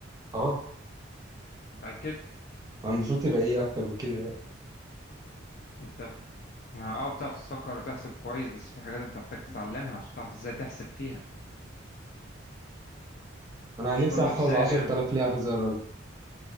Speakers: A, on the right (about 20°); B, on the left (about 50°).
A: اه
B: متاكد
A: انا المفروض تبقى ايه اكتر من كده يعني.
B: انت ما- اه بتعرف تفكر وتحسب كويس بس في حاجات انت محتاج تتعلمها عشان تعرف ازاي تحسب فيها
A: انا
B: مش
A: نفسي
B: كله
A: احفظ
B: حساب
A: 10000
B: يعني
A: لعبة زي الراجل